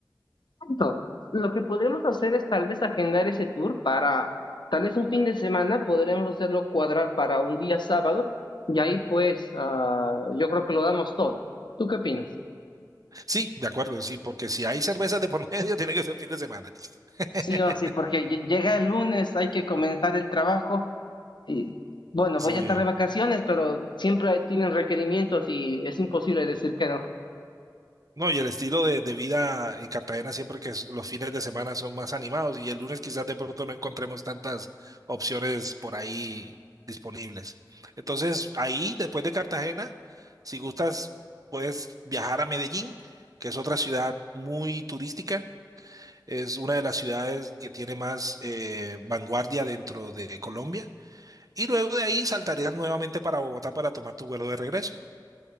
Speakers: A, on the left (about 80°); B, on the right (about 50°).
A: Perfecto. Lo que podremos hacer es tal vez agendar ese tour para tal vez un fin de semana, podremos hacerlo cuadrar para un día sábado y ahí pues ah, yo creo que lo damos todo. ¿Tú qué opinas?
B: Sí, de acuerdo, sí, porque si hay cervezas de por medio, <laughs> tiene que ser fin de semana. <laughs>
A: Sí o sí, porque lle- llega el lunes, hay que comenzar el trabajo Y bueno,
B: Sí.
A: voy a estar de vacaciones, pero siempre hay- tienen requerimientos y es imposible decir que no.
B: No, y el estilo de, de vida en Cartagena siempre que es- los fines de semana son más animados y el lunes quizás de pronto no encontremos tantas opciones por ahí disponibles. Entonces, ahí, después de Cartagena, si gustas, puedes viajar a Medellín, que es otra ciudad muy turística. Es una de las ciudades que tiene más eh, vanguardia dentro de Colombia. Y luego de ahí saltarías nuevamente para Bogotá para tomar tu vuelo de regreso.